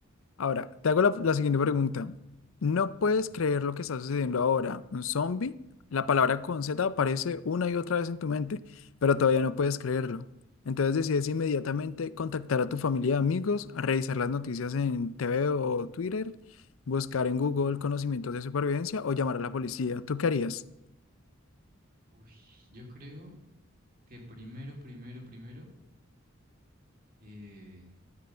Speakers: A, on the left; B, on the right.
A: Ahora, te hago la, la siguiente pregunta. No puedes
B: Claro.
A: creer lo que está sucediendo ahora. Un zombie, la palabra con Z aparece una y otra vez en tu mente, pero todavía no puedes creerlo. Entonces decides inmediatamente contactar a tu familia y amigos, revisar las noticias en TV o Twitter, buscar en Google conocimientos de supervivencia o llamar a la policía. ¿Tú qué harías?
B: Uy, yo creo que primero, primero, primero, eh,